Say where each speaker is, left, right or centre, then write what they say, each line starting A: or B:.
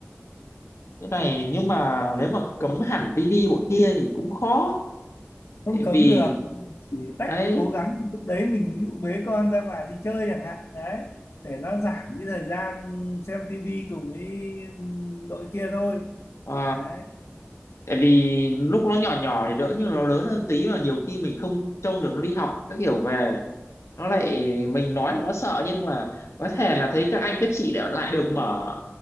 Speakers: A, on the left (about 80°); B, on the left (about 65°).
A: cái này nhưng mà nếu mà cấm hẳn tivi bọn kia thì cũng khó
B: không
A: tại
B: cấm
A: vì
B: được chỉ tách
A: đấy
B: cố gắng lúc đấy mình ví dụ bế con ra ngoài đi chơi chẳng hạn đấy để nó giảm cái thời gian xem tivi cùng với đội kia thôi
A: ờ,
B: đấy
A: tại vì lúc nó nhỏ nhỏ thì đỡ nhưng nó lớn hơn tí mà nhiều khi mình không trông được nó đi học các kiểu về nó lại mình nói thì nó sợ nhưng mà có thể là thấy các anh các chị lại lại được mở